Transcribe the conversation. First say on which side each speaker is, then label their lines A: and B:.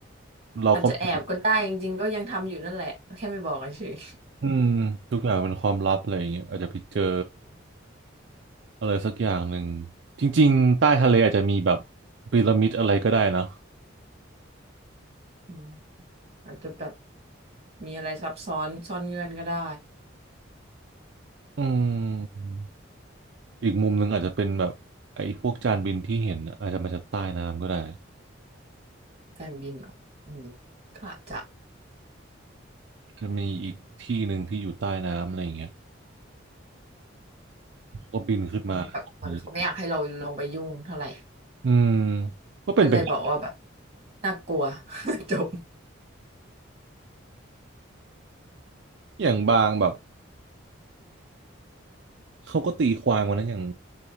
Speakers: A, on the right (about 60°); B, on the right (about 30°).
A: เราก็ไม่รู้
B: อาจจะแอบก็ได้จริงๆก็ยังทำอยู่นั่นแหละแค่ไม่บอกเฉย
A: อืมทุกอย่างเป็นความลับอะไรอย่างเงี้ยอาจจะไปเจออะไรสักอย่างหนึ่งจริงๆใต้ทะเลอาจจะมีแบบพีระมิดอะไรก็ได้นะ
B: ๆ <laughs> อืมอาจจะแบบมีอะไรซับซ้อนซ่อนเงื่อนก็ได้
A: อืมอีกมุมหนึ่งอาจจะเป็นแบบไอ้พวกจานบินที่เห็นน่ะอาจจะมาจากใต้น้ำก็ได้
B: การบินเหรออืมก็อาจจะ
A: จะมีอีกที่หนึ่งที่อยู่ใต้น้ำอะไรอย่างเงี้ยเขาก็บินขึ้นมาตรงนี้
B: เพราะว่าแบบเหมือนเขาไม่อยากให้เราลงไปยุ่งเท่าไหร่
A: อืมก็เป็นไปได้
B: ก็เลยบอกว่าแบบน่ากลัว <laughs> จบ
A: อย่างบางแบบเขาก็ตีความกันนะอย่าง